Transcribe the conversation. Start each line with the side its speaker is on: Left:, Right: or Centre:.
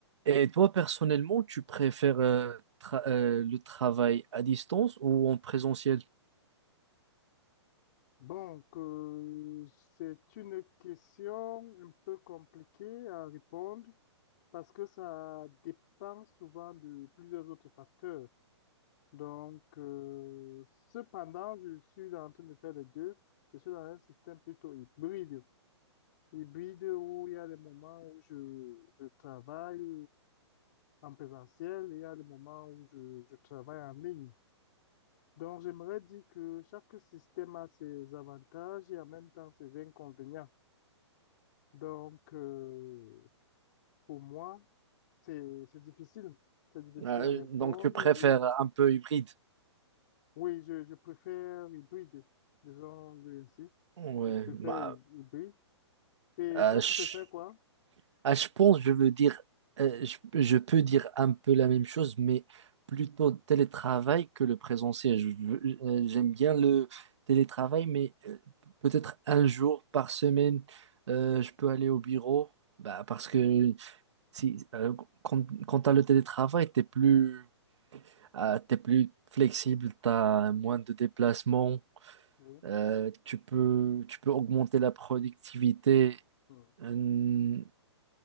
Right: Et toi, personnellement, tu préfères euh, tra- euh, le travail à distance ou en présentiel?
Left: Donc, euh, c'est une question un peu compliquée à répondre parce que ça dépend souvent de plusieurs autres facteurs. Donc, euh, cependant, je suis en train de faire les deux. Je suis dans un système plutôt hybride. Hybride où il y a des moments où je, je travaille en présentiel et il y a des moments où je, je travaille en ligne. Donc, j'aimerais dire que chaque système a ses avantages et en même temps ses inconvénients. Donc, euh, pour moi, c'est, c'est difficile. C'est difficile
Right: Euh,
Left: à répondre,
Right: donc, tu préfères
Left: oui.
Right: un peu hybride?
Left: Oui, je, je préfère hybride, disons-le ainsi.
Right: Ouais,
Left: Je préfère
Right: bah,
Left: hy- hybride. Et
Right: euh,
Left: toi,
Right: je,
Left: tu préfères quoi?
Right: ah, je pense, je veux dire, euh, je, je peux dire un peu la même chose, mais plutôt télétravail que le présentiel. Je veux- euh, j'aime bien le télétravail, mais euh, peut-être un jour par semaine, euh, je peux aller au bureau, bah, parce que si, euh, quand, quand tu as le télétravail, tu es plus Euh, t'es plus flexible, t'as moins de déplacements,
Left: Oui.
Right: euh, tu peux, tu peux augmenter la productivité.
Left: Hmm.
Right: euh,